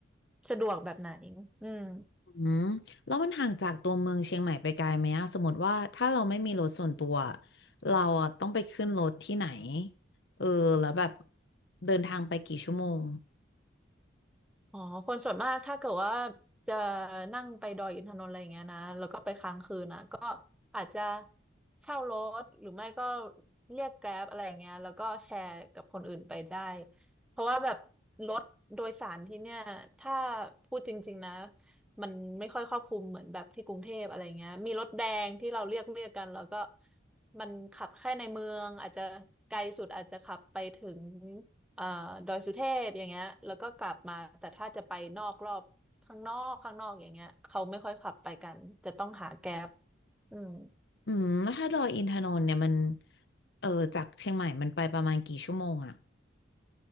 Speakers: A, in the centre; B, on the left (about 60°).
A: สะดวกแบบไหนอืม
B: อืมแล้วมันห่างจากตัวเมืองเชียงใหม่ไปไกลไหมอะสมมติว่าถ้าเราไม่มีรถส่วนตัวเราอะต้องไปขึ้นรถที่ไหนเออแล้วแบบเดินทางไปกี่ชั่วโมง
A: อ๋อคนส่วนมากถ้าเกิดว่าจะนั่งไปดอยอินทนนท์อะไรอย่างเงี้ยนะแล้วก็ไปค้างคืนนะก็อาจจะเช่ารถหรือไม่ก็เรียกแกร็บอะไรอย่างเงี้ยแล้วก็แชร์กับคนอื่นไปได้เพราะว่าแบบรถโดยสารที่เนี่ยถ้าพูดจริงๆนะมันไม่ค่อยครอบคลุมเหมือนแบบที่กรุงเทพอะไรเงี้ยมีรถแดงที่เราเรียกเรียกกันแล้วก็มันขับแค่ในเมืองอาจจะไกลสุดอาจจะขับไปถึง เอ่อดอยสุเทพอย่างเงี้ยแล้วก็กลับมาแต่ถ้าจะไปนอกรอบข้างนอกข้างนอกอย่างเงี้ยเขาไม่ค่อยขับไปกันจะต้องหาแก๊ปอืม
B: อืมแล้วถ้าดอยอินทนนท์เนี่ยมันเออจากเชียงใหม่มันไปประมาณกี่ชั่วโมงอะ